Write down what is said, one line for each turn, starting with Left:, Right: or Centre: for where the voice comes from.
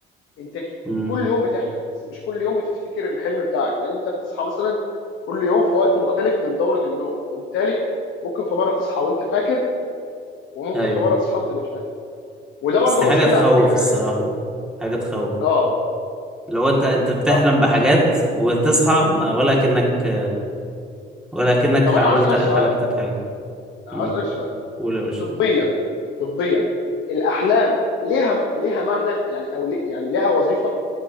Left: انت
Centre: مم.
Left: كل يوم بتحلم بس مش كل يوم بتفتكر الحلم بتاعك لان انت بتصحى مثلا كل يوم في وقت مختلف من دوره النوم فبالتالي ممكن في مره تصحى وانت فاكر وممكن
Centre: ايوه
Left: في مره تصحى وانت مش فاكر وده برضو
Centre: بس دي حاجة
Left: مشكله
Centre: تخوف
Left: على فكره
Centre: الصراحة
Left: يعني
Centre: حاجة تخوف
Left: اه
Centre: لو انت انت بتحلم
Left: طب
Centre: بحاجات وتصحى آه، ولا كأنك ولكنك
Left: طب انا
Centre: عملت
Left: عاوز اسالك
Centre: حلمت
Left: سؤال
Centre: بحاجة
Left: انا
Centre: امم
Left: عاوز اسالك سؤال
Centre: قول يا باشا
Left: طبيا طبيا الاحلام ليها ليها معنى يعني او لي يعني ليها وظيفه